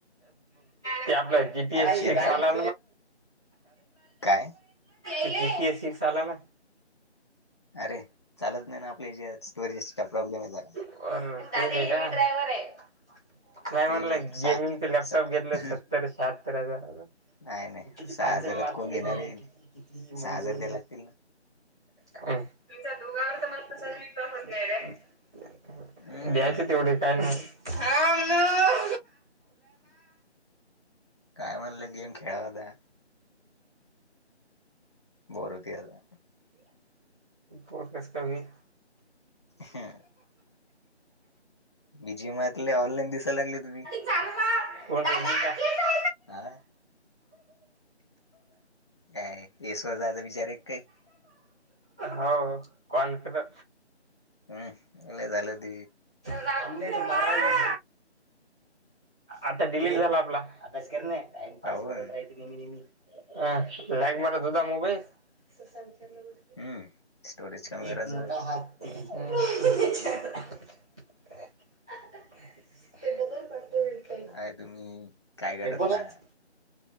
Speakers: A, in the centre; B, on the left.
A: ते आपल्या जीपीएसीाला.
B: ऍप शेअर करा ते काय
A: जी पी एस सी साला ना.
B: अरे चालत नाही ना आपल्या ज स्टोरेजेस प्रॉब्लेम आहे जा का.
A: ड्रावरे. नाही म्हणलं
B: ते
A: गेमिंगच
B: सा
A: लॅपटॉप
B: सा
A: घेतलं सत्तर शहात्तर हजार.
B: नाही नाही
A: किती
B: सहा
A: पां
B: हजारात
A: मार्त
B: कोण
A: किती
B: घेणार आहे
A: किती म्हणजे.
B: सहा हजार द्याय लागतील ना
A: तुमच्या दुघावर तर मस्त स होत नाही रे. द्यायचे
B: हम्म
A: तेवढे काय नाही. ्यालात.
B: काय म्हणलं गेम खेळावा आता बर होती आहे.
A: बर कस कमीीर.
B: हा बीजी एमले ऑनलाईन दिसायला लागले तुझी.
A: <unintelligible>
B: हा अ ईश्वर जाचा विचार आहे काय.
A: हो कोण कर.
B: हम्मला झालं त.
A: आ बा. आता डिलीट झाला आपला आभ्यास कर ना टाइम
B: काऊन
A: पास करत राही <unintelligible> आ लॅग मरत होता मोबाईल <unintelligible>
B: हम्म स्टोरेज कमेरा
A: एक मोठा
B: च
A: <unintelligible> <unintelligible>
B: काय तुम्ही काय करत
A: हेडफोन
B: ना
A: आहोत